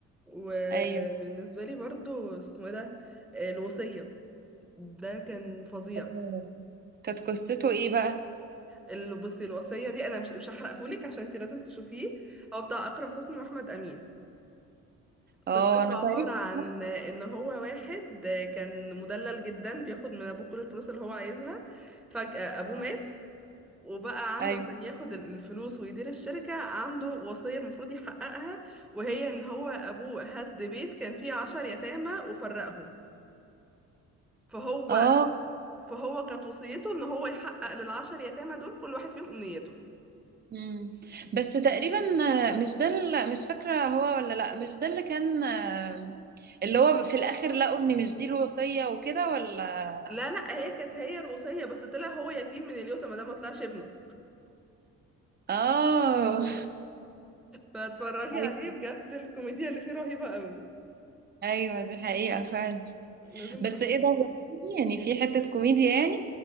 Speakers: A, in the centre; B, on the right.
A: وبالنسبه
B: ايوه
A: لي برضو اسمه إيه ده آه، الوصيه ده كان فظيع
B: آه، كانت قصته ايه بقى
A: ال- بصي الوصيه دي انا مش مش هحرقهولك عشان انت لازم تشوفيه هو بتاع اكرم حسني واحمد امين
B: اه
A: قصته
B: انا
A: عباره
B: تقريبا
A: عن
B: سمعت-
A: ان هو واحد كان مدلل جدا بياخد من ابوه كل الفلوس اللي هو عايزها فجاه ابوه
B: آه،
A: مات وبقى عنده
B: ايوه
A: عشان ياخد الفلوس ويدير الشركة عنده وصية المفروض يحققها وهي ان هو ابوه هد بيت كان فيه عشر يتامى وفرقهم فهو
B: اه
A: فهو كانت وصيته ان هو يحقق للعشر يتامى دول كل واحد فيهم امنيته
B: مم. بس تقريبا آه، مش ده ال- مش فاكرة هو ولا لا مش ده اللي كان آه، اللي هو في الاخر لقوا ان مش دي الوصية وكده ولا
A: لا لا هي كانت هي الوصية بس طلع هو يتيم من اليوتا ما ده ما طلعش ابنه
B: اه <laughs>
A: فاتفرجي
B: ايوه
A: عليه بجد الكوميديا اللي فيه رهيبة قوي
B: ايوه دي حقيقة فعلا
A: لازم
B: بس
A: تروحي
B: ايه ده هو كوميدي يعني في حتة كوميديا يعني